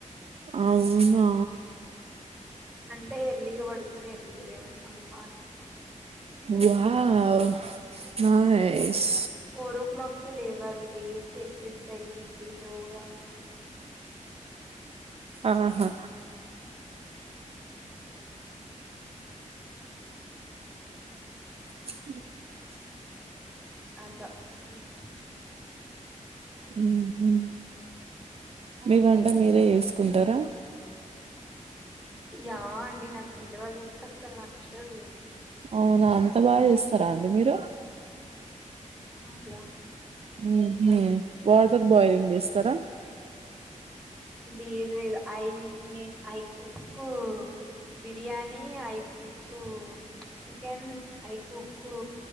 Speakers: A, on the right; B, in the centre.
A: అవునా
B: అంటే ఎర్లీగా పడుకొని ఎర్లీగా లేవడం అన్నమాట
A: wow nice
B: four o'clock కి లేవాలి లేచి ఎక్సర్సైజింగ్ కి యోగా
A: ఆహా ఉహు
B: అలా కొంచు
A: ఊహూ మీ వంట మీరే చేసుకుంటారా
B: యా అండి నాకు వేరే వాళ్ళు చేస్తే అస్సలు నచ్చదు
A: అవునవును త బాగా చేస్తారా అండి మీరు
B: యా యా
A: మ్ హూ వాటర్ బాయిలింగ్ చేస్తారా
B: లేదు లేదు ఐ నేను I cook biryani I cook chicken I cook